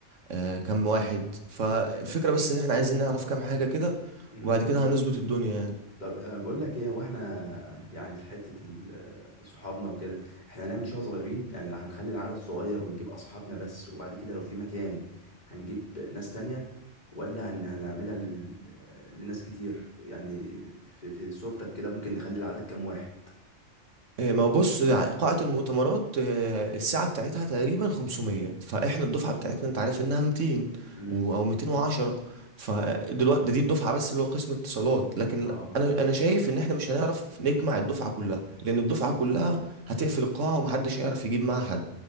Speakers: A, on the right (about 85°); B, on the left (about 35°).
A: آه، كم واحد فالفكرة بس ان احنا عايزين نعرف
B: طب-
A: كام حاجة كده
B: مم.
A: وبعد كده هنظبط الدنيا يعني
B: طب آه، بقول لك ايه هو احنا يعني في حته ال- آه، صحابنا وكده احنا هنعمل شويه صغيرين يعني لا هنخلي العدد صغير ونجيب اصحابنا بس وبعد كده لو في مكان هنجيب ناس تانية ولا هن هنعملها لل... آه، لناس كتير يعني في, في صورتك كده ممكن نخلي العدد كام واحد
A: آه، ما هو بص يعني قاعة المؤتمرات آه، الساعة بتاعتها تقريبا 500 فاحنا الدفعة بتاعتنا انت عارف انها 200
B: امم
A: و- او 210 فدلوقتي ده دي الدفعة بس اللي هو قسم اتصالات لكن
B: اه
A: انا انا شايف ان احنا مش هنعرف نجمع الدفعة كلها لان الدفعة
B: مم.
A: كلها هتقفل القاعة ومحدش هيعرف يجيب معاها حد